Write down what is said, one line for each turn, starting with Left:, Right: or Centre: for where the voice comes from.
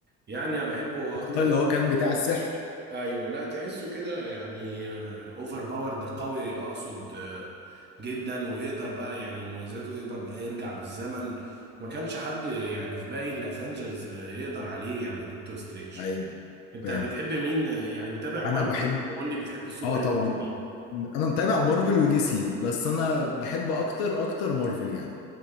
Right: يعني أنا بحبه أكتر
Left: ده اللي
Right: واحد
Left: هو كان بتاع السحر
Right: أيوه لا تحسه كده يعني أوفر باورد قوي أقصد آه، جدا ويقدر بقى يعني مميزاته يقدر بقى يرجع بالزمن ما كانش حد يعني في باقي الافنجرز آه، يقدر عليه يعني دكتور سترينج
Left: ايوه
Right: انت
Left: فاهم
Right: بتحب مين يعني متابع مارفل
Left: انا بحب
Right: وقول لي بتحب السوبر
Left: اه طبعا
Right: هيروز مين
Left: انا متابع مارفل ودي سي بس انا بحب اكتر اكتر مارفل يعني